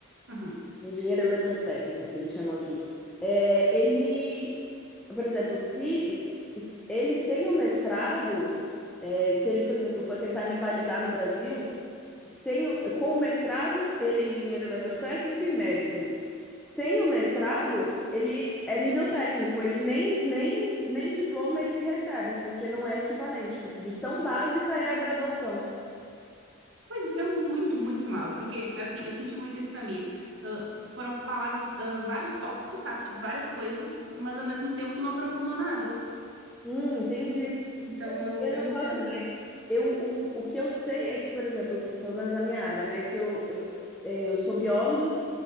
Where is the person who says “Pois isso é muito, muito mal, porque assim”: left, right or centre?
Right